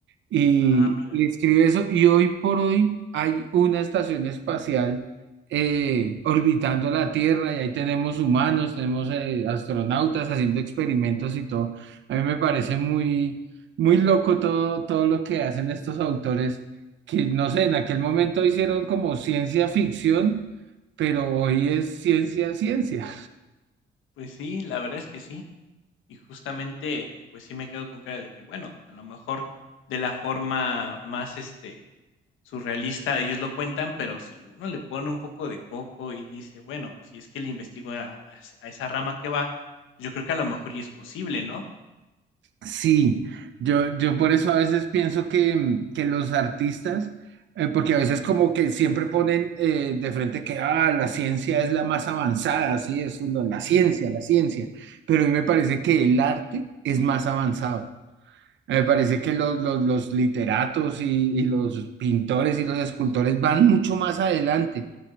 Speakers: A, on the right; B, on the left.
A: y,
B: Ah, mira.
A: y escribe eso. Y hoy por hoy hay una estación espacial eh, orbitando la Tierra y ahí tenemos humanos, tenemos eh, astronautas haciendo experimentos y todo. A mí me parece muy, muy loco todo, todo lo que hacen estos autores que, no sé, en aquel momento hicieron como ciencia ficción, pero hoy es ciencia, ciencia.
B: Pues sí, la verdad es que sí. Y justamente, pues sí me quedo con cara de que, bueno, a lo mejor de la forma más este surrealista ellos lo cuentan, pero si uno le pone un poco de coco y dice, bueno, si es que le investigo a, a esa a esa rama que va, yo creo que a lo mejor y es posible, ¿no?
A: Sí, yo, yo por eso a veces pienso que, mm, que los artistas, eh, porque a veces como que siempre ponen eh, de frente que ah, la ciencia es la más avanzada, sí, eso es lo- la
B: Ujú.
A: ciencia, la ciencia, pero a mí me parece que el arte es más avanzado. Me parece que los, los, los literatos y, y los pintores y los escultores van mucho más adelante.